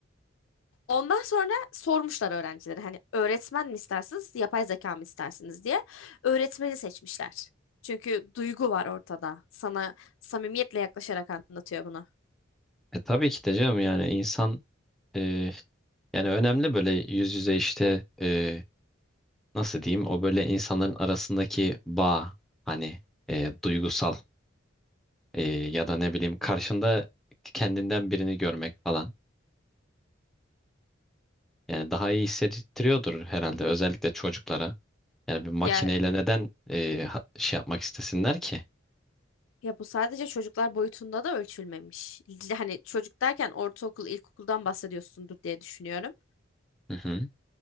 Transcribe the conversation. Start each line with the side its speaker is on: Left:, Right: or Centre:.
Left: Ondan sonra sormuşlar öğrencilere hani öğretmen mi istersiniz, yapay zeka mı istersiniz diye. Öğretmeni seçmişler. Çünkü duygu var ortada. Sana samimiyetle yaklaşarak anlatıyor bunu.
Centre: E tabii ki de canım yani insan e, Yani önemli böyle yüz yüze işte e, nasıl diyeyim o böyle insanların arasındaki bağ hani e, duygusal e, ya da ne bileyim karşında kendinden birini görmek falan. Yani daha iyi hissettiriyordur herhalde özellikle çocuklara. Yani bir makineyle
Left: Ya
Centre: neden e, ha- şey yapmak istesinler ki?
Left: ya bu sadece çocuklar boyutunda da ölçülmemiş. Hani çocuk derken ortaokul, ilkokuldan bahsediyorsundur diye düşünüyorum.
Centre: Hı hı.